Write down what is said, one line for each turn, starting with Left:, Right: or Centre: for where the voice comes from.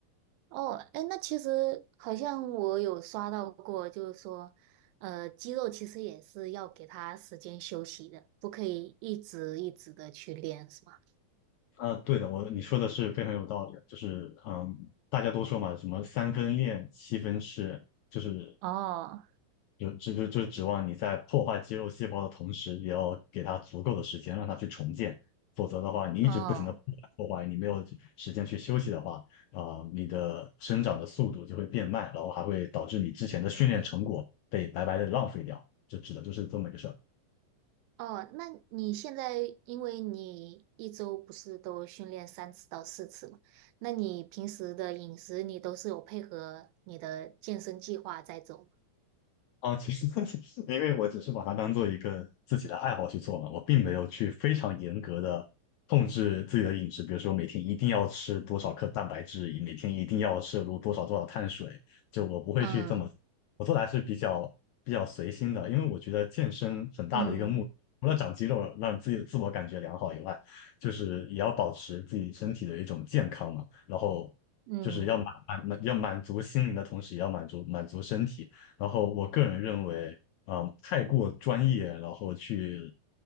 Right: 哦，哎，那其实好像我有刷到过，就是说，呃，肌肉其实也是要给它时间休息的，不可以一直一直的去练，是吗？
Left: 啊，对的，我你说的是非常有道理的就是嗯，大家都说嘛，什么三分练，七分吃，就是
Right: 哦，
Left: 有这就就指望你在破坏肌肉细胞的同时，也要给它足够的时间让它去重建，否则的话，你一直不停的破坏，
Right: 哦，
Left: 你没有时间去休息的话，啊、你的生长的速度就会变慢，然后还会导致你之前的训练成果被白白的浪费掉，这指的就是这么一个事儿。
Right: 哦，那你现在因为你一周不是都训练三次到四次嘛，那你平时的饮食你都是有配合你的健身计划在走吗
Left: 啊，其实 <laughs> 因为我只是把它当做一个自己的爱好去做嘛，我并没有去非常严格的控制自己的饮食，比如说每天一定要吃多少克蛋白质，以每天一定要摄入多少多少碳水，就我不会去这么，
Right: 嗯
Left: 我做的还是比较比较随心的，因为我觉得健身很大的一个目的除了长肌肉，
Right: 嗯
Left: 让自己自我感觉良好以外，就是也要保持自己身体的一种健康嘛，然后。
Right: 嗯。
Left: 就是要满满满要满足心灵的同时，也要满足满足身体，然后我个人认为，嗯，太过专业，然后去